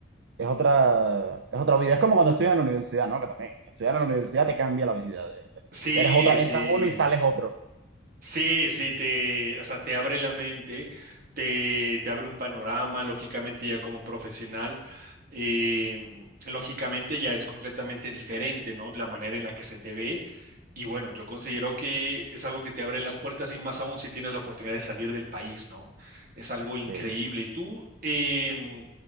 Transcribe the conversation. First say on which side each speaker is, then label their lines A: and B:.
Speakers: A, on the right; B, on the right.
A: Es otra, es otra vida. Es como cuando estudias en la universidad, ¿no? Que también estudiar en la universidad te cambia la vida. de-
B: sí,
A: Ya eres otra,
B: sí.
A: entras uno y sales otro.
B: Sí, sí, te, o sea, te abre la mente, te, te abre un panorama, lógicamente ya como profesional, em, lógicamente ya es completamente diferente, ¿no? La manera en la que se te ve. Y bueno, yo considero que es algo que te abre las puertas y más aún si tienes la oportunidad de salir del país, ¿no? Es algo
A: Sí.
B: increíble. Y tú, em,